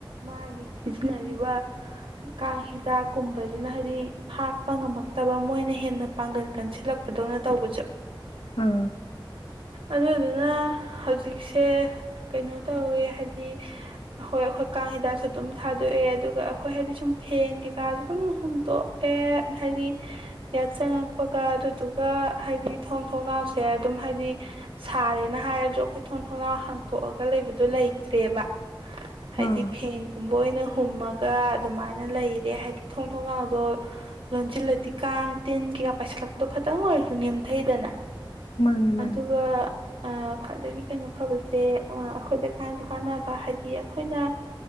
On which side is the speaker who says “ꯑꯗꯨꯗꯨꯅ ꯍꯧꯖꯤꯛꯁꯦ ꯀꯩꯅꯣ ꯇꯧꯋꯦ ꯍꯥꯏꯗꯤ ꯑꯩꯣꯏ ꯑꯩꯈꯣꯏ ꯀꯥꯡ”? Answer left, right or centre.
Right